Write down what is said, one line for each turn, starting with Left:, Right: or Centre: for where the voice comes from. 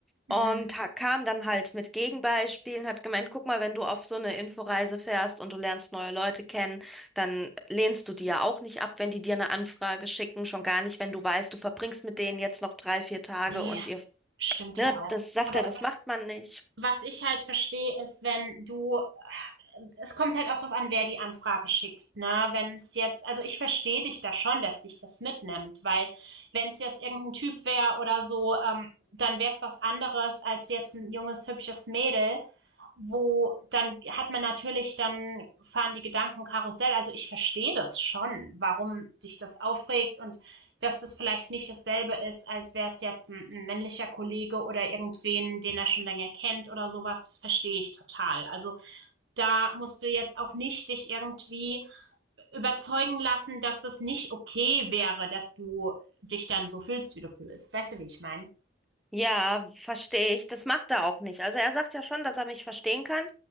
Right: Mhm.
Centre: Und ha- kam dann halt mit Gegenbeispielen, hat gemeint, guck mal, wenn du auf so eine Inforeise fährst und du lernst neue Leute kennen, dann lehnst du die ja auch nicht ab, wenn die dir eine Anfrage schicken, schon gar nicht, wenn du weißt, du verbringst mit denen jetzt noch drei, vier Tage
Right: Nee,
Centre: und ihr,
Right: stimmt
Centre: ne,
Right: ja auch.
Centre: das sagt
Right: Aber
Centre: er, das
Right: was
Centre: macht man nicht.
Right: was ich halt verstehe, ist, wenn du, es kommt halt auch drauf an, wer die Anfrage schickt, ne? Wenn es jetzt, also ich verstehe dich da schon, dass dich das mitnimmt, weil wenn es jetzt irgendein Typ wäre oder so, ähm, dann wäre es was anderes als jetzt ein junges, hübsches Mädel, wo dann hat man natürlich, dann fahren die Gedanken Karussell. Also ich verstehe das schon, warum dich das aufregt und dass das vielleicht nicht dasselbe ist, als wäre es jetzt ein, ein männlicher Kollege oder irgendwen, den er schon länger kennt oder sowas, das verstehe ich total. Also da musst du jetzt auch nicht dich irgendwie überzeugen lassen, dass das nicht okay wäre, dass du dich dann so fühlst, wie du fühlst. Weißt du, wie ich meine?
Centre: Ja, verstehe ich. Das macht er auch nicht. Also er sagt ja schon, dass er mich verstehen kann.